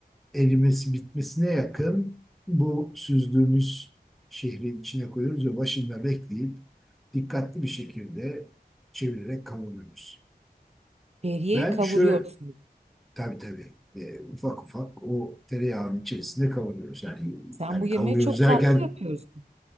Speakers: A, in the centre; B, on the right.
A: erimesi bitmesine yakın bu süzdüğümüz şehrin içine koyuyoruz ve başında bekleyip dikkatli bir şekilde çevirerek kavuruyoruz.
B: Şehriyeyi
A: Ben
B: kavuruyorsun.
A: şu Tabii tabii. E, ufak ufak o tereyağının içerisinde kavuruyoruz. Yani
B: Sen
A: yani
B: bu yemeği
A: kavuruyoruz
B: çok
A: derken
B: farklı yapıyorsun.